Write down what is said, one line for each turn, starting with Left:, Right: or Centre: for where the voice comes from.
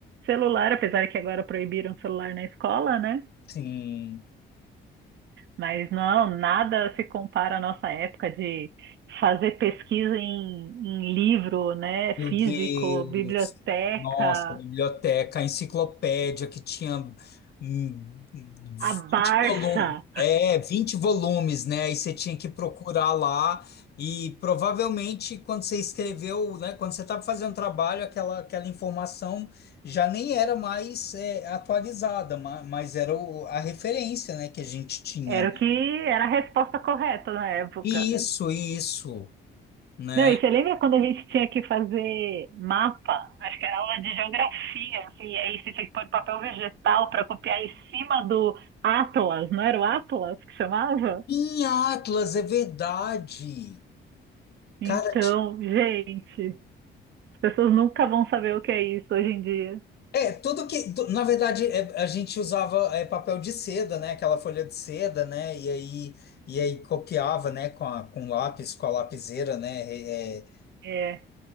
Right: celular, apesar que agora proibiram celular na escola, né?
Left: Sim.
Right: Mas não, nada se compara à nossa época de fazer pesquisa em, em livro, né?
Left: Meu
Right: Físico,
Left: Deus.
Right: biblioteca,
Left: Nossa, a biblioteca, a enciclopédia que tinha hum, 20
Right: a Barça.
Left: volumes, é, 20 volumes, né? Aí você tinha que procurar lá e provavelmente quando você escreveu, né, quando você estava fazendo trabalho, aquela, aquela informação já nem era mais é, atualizada, ma- mas, era o- a referência, né, que a gente tinha,
Right: Era o que era a resposta correta na época.
Left: Isso, isso, né?
Right: Não, e você lembra quando a gente tinha que fazer mapa? Acho que era aula de geografia, assim, e aí você tinha que pôr papel vegetal para copiar em cima do Atlas, não era o Atlas que chamava?
Left: Em Atlas, é verdade.
Right: Então,
Left: Cara, ti-
Right: gente, as pessoas nunca vão saber o que é isso hoje em dia.
Left: é, tudo que, tu- na verdade, é, a gente usava é, papel de seda, né? Aquela folha de seda, né? E aí, e aí copiava, né? Com a, com lápis, com a lapiseira, né? É, é,
Right: É,